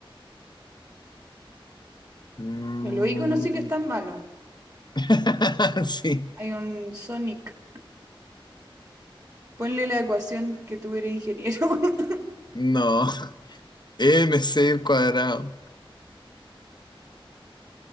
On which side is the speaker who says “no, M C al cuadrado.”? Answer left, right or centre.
Left